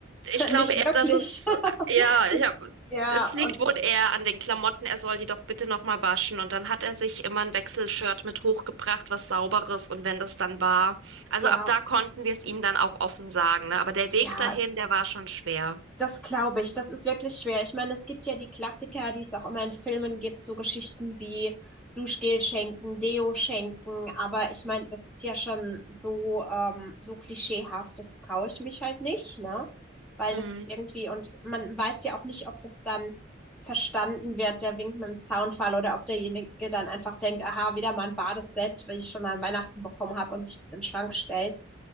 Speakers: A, on the right; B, in the centre.
A: ich glaube
B: Nicht
A: eher,
B: wirklich.
A: dass es,
B: <laughs>
A: ja, ich hab,
B: Ja,
A: es liegt
B: und
A: wohl eher an den Klamotten. Er soll die doch bitte nochmal waschen. Und dann hat er sich immer ein Wechselshirt mit hochgebracht, was Sauberes. Und wenn das dann war, also
B: ja,
A: ab da konnten wir es ihm dann auch offen sagen, ne? Aber der Weg
B: ja,
A: dahin,
B: es
A: der war schon schwer.
B: Das glaube ich, das ist wirklich schwer. Ich meine, es gibt ja die Klassiker, die es auch immer in Filmen gibt, so Geschichten wie Duschgel schenken, Deo schenken, aber ich meine, das ist ja schon so, ähm, so klischeehaft, das traue ich mich halt nicht, ne? Weil
A: Hm.
B: das irgendwie, und man weiß ja auch nicht, ob das dann verstanden wird, der Wink mit dem Zaunfall, oder ob derjenige dann einfach denkt, aha, wieder mal ein Badeset, weil ich schon an Weihnachten bekommen habe und sich das in den Schrank stellt.